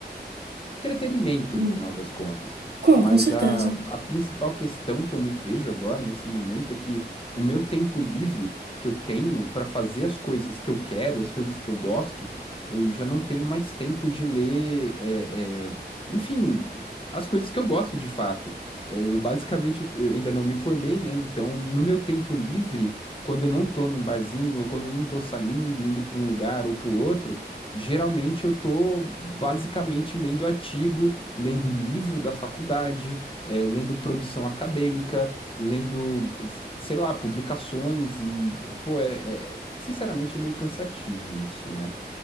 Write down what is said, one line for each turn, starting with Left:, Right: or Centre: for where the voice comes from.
Left: entretenimento
Right: Hum,
Left: no final das contas.
Right: Com,
Left: Mas
Right: com certeza.
Left: a, a principal questão que eu me vejo agora, nesse momento, é que o meu tempo livre que eu tenho para fazer as coisas que eu quero, as coisas que eu gosto, eu já não tenho mais tempo de ler, é, é, enfim, as coisas que eu gosto de fato. É, Eu basicamente eu ainda não me formei, né? Então, no meu tempo livre, quando eu não tô num barzinho, ou quando eu não tô saindo, indo para um lugar ou para o outro, Geralmente eu tô basicamente lendo artigo, lendo livro da faculdade, eh, lendo produção acadêmica, lendo, s- sei lá, publicações e, pô, é, é- sinceramente é meio cansativo isso, né?